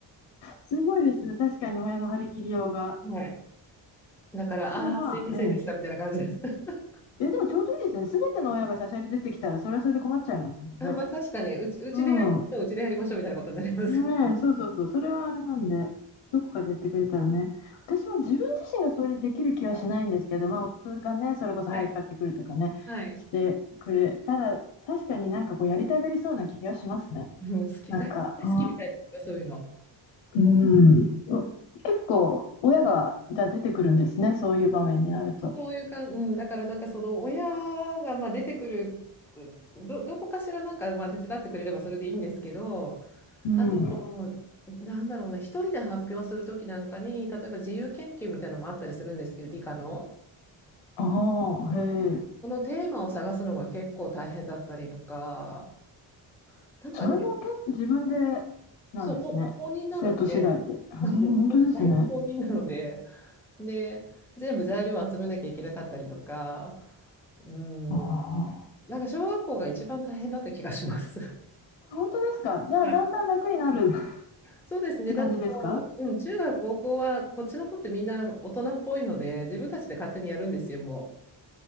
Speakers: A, on the left; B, in the centre.
A: すごいですね。確かに親の張り切りようが。
B: <laughs> はい。だから、ああー、
A: でもまあ、
B: すいませんでした、
A: ええ。
B: みたいな感じです。<laughs>
A: いや、でもちょうどいいですね。すべての親がしゃしゃり出てきたら、それはそれで困っちゃいますもんね。
B: あ、まあ、確かに、うち、うちでやりましょう、
A: うん。
B: うちでやりましょう、みたいなことになります。
A: ねえ、そうそうそう、それはあれなんで、どこかでやってくれたらね、私も自分自身がそれできる気はしないんですけど、まあ、夫がね、それこそ早く買ってくるとかね、
B: <laughs> はい。はい。
A: してくれたら、確かになんかこう、やりたがりそうな気がしますね。
B: うん、好き、
A: なんか、
B: 大、大好きみたいな、
A: う
B: そういうの。
A: ん、うん、結構、親が、じゃあ出てくるんですね、そういう場面になると。
B: そういうか、うん、だからなんかその親がまあ出てくる、ど、どこかしらなんかまあ手伝ってくれればそれでいいんですけど、
A: うん、
B: あと、なんだろうな、一人で発表するときなんかに、例えば自由研究みたいなのもあったりするんですけど、理科の。
A: ああ、へえ、
B: そのテーマを探すのが結構大変だったりとか、なんかね、
A: それも結構自分でなんですね、
B: そう、ほ放任なので、
A: 生徒次第で。うん、
B: <laughs>
A: 本当ですね。
B: だいぶ放任なので、で、全部材料を集めなきゃいけなかったりとか、うん、
A: ああ。
B: なんか小学校が一番大変だった気がします。
A: 本当ですか。じゃあ、
B: <laughs>
A: だんだん楽になる <laughs> っ
B: そうですね。
A: て感じですか
B: だってもう、うん、中学、高校は、こっちの子ってみんな大人っぽいので、自分たちで勝手にやるんですよ、も